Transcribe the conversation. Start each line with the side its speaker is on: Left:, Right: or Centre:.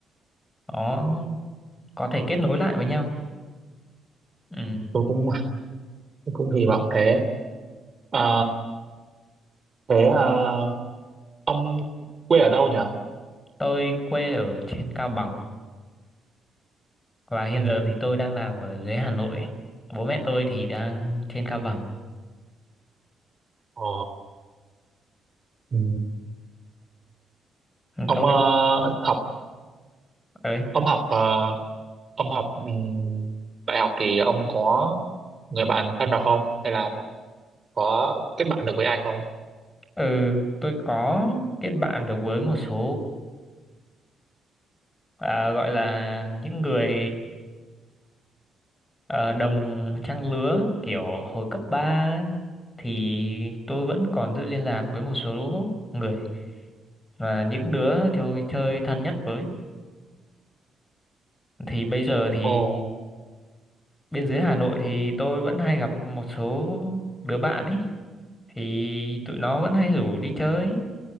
Left: nó có thể kết nối lại với nhau ừ.
Right: tôi cũng tôi cũng hy vọng thế Ờ, thế ờ, ông quê ở đâu nhỉ
Left: tôi quê ở trên Cao Bằng Và hiện
Right: ừ.
Left: giờ thì tôi đang làm ở dưới Hà Nội. Bố mẹ tôi thì đang trên Cao Bằng.
Right: Ờ, ừ. ông
Left: Tôi
Right: ờ, học
Left: đấy.
Right: ông học ờ, ông học ừ, đại học thì ông có người bạn thân nào không hay là có kết bạn được với ai không
Left: Ừ, tôi có kết bạn được với một số à, gọi là những người ờ, đồng trang lứa kiểu hồi cấp 3 thì tôi vẫn còn giữ liên lạc với một số người và những đứa tôi chơi thân nhất với. Thì bây giờ thì
Right: ồ
Left: bên dưới Hà Nội thì tôi vẫn hay gặp một số đứa bạn ấy thì tụi nó vẫn hay rủ đi chơi